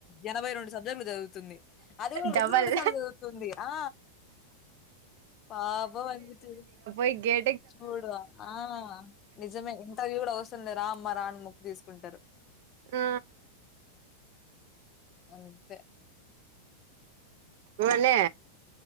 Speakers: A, on the left; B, on the right.
A: ఎనభై రెండు సబ్జెక్టులు చదువుతుంది అది కూడా రొండు
B: డబల్
A: రొండు సార్లు చదువుతుంది ఆ పాపం అనిపిచేది
B: ఇగే
A: చూడు ఆ నిజమే ఇంటర్వ్యూ కూడా వాస్ అసలు రామ్మ రాని మొక్కు తీసుకుంటారు
B: ఆ
A: అంతే
B: ఉనే